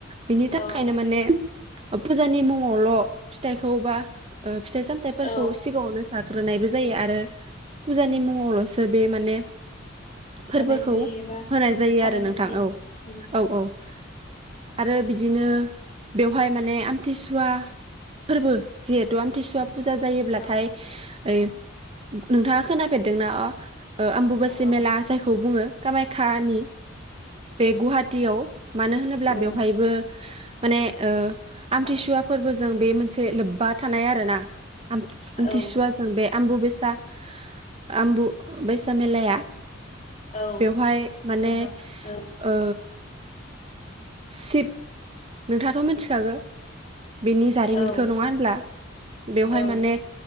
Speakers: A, on the right; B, on the left.
A: बिनि थाखायनो
B: औ
A: माने। फुजानि मुङावल' फिथाइखौ बा ओ फिथाइ सामथथायफोरखौ
B: औ
A: सिगाङावनो। जाग्रोनायबो जायो आरो फुजानि मुङावल'सो बे माने।
B: होनाय
A: फोरबोखौ
B: जायो एबा
A: होनाय जायो
B: फालिनाय
A: आरो नोंथां
B: जायो
A: औ
B: उम
A: औ औ। आरो बिदिनो बेवहाय माने आमथिसुवा। फोरबो जिहेतु आमथिसुवा। फुजा जायोब्लाथाय।
B: औ
A: ओइ नोंथाङा खोनाफेरदोंना? ओ आमबुुबासि
B: औ
A: मेला जायखौ बुंङो। कामायखानि बे गुवाहाटियाव मानो होनोब्ला
B: उम
A: बेवहायबो माने ओ। आमथिसुवा
B: औ
A: फोरबो जों बे मोनसे से लोब्बा थानाय आरो ना आम-आमथिसुवा
B: औ
A: जों बे - आमबु बेसा आमबु बेसा मेलाया
B: औ
A: बेवहाय माने
B: नंगौ औ
A: ओ सिप नोंथाङाथ' मिथिखागो? बेनि जारिमिनखौ
B: औ
A: नङा होनब्ला? बेवहाय
B: औ
A: माने